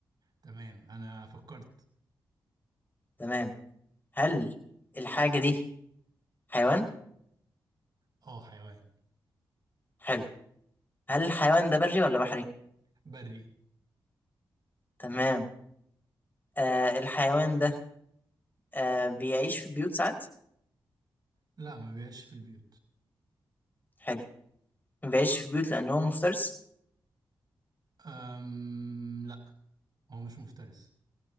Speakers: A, on the right (about 50°); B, on the left (about 20°).
A: تمام أنا فكرت
B: تمام هل الحاجة دي حيوان
A: اه حيوان
B: حلو هل الحيوان ده بري ولا بحري
A: بري
B: تمام آه الحيوان ده آه بيعيش في بيوت ساعات
A: لا ما بيعيش في البيوت
B: حلو ما بيعيش في بيوت لأنه هو مفترس
A: أم لا هو مش مفترس